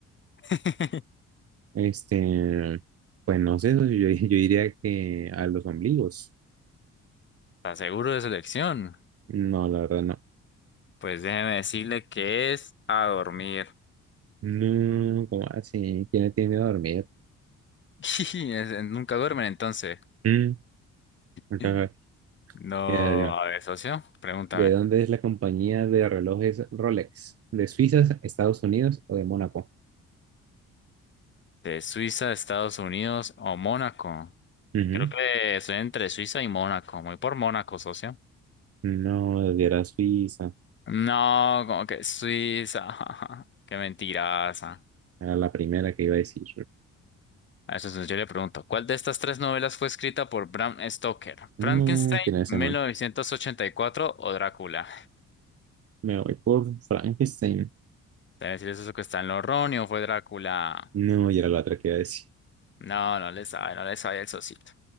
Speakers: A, on the left; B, on the right.
A: <laughs>
B: Este, pues no sé, socio, yo, <laughs> yo diría que a los ombligos.
A: ¿Está seguro de su elección?
B: No, la verdad no.
A: Pues déjeme decirle que es a dormir.
B: No, ¿cómo así? ¿Quién le tiene miedo a dormir?
A: <laughs> Es- eh, Nunca duermen entonces.
B: Mm,
A: <laughs>
B: ajá.
A: No,
B: Ya, ya.
A: a ver, socio, pregúntame.
B: ¿De dónde es la compañía de relojes Rolex? ¿De Suiza, Estados Unidos o de Mónaco?
A: ¿De Suiza, Estados Unidos o Mónaco?
B: Ujú.
A: Creo que soy entre Suiza y Mónaco. Muy por Mónaco, socio.
B: No, era Suiza.
A: No, como que Suiza. <laughs> Qué mentiraza.
B: Era la primera que iba a decir.
A: A eso entonces yo le pregunto, ¿cuál de estas tres novelas fue escrita por Bram Stoker?
B: No,
A: ¿Frankenstein,
B: ¿quién es
A: 1984
B: ese man?
A: o Drácula?
B: Me voy por Frankenstein.
A: Debe decir eso que está en los Ronnie o fue Drácula.
B: No, y era la otra que iba a decir.
A: No, no le sabe, no le sabe el socito.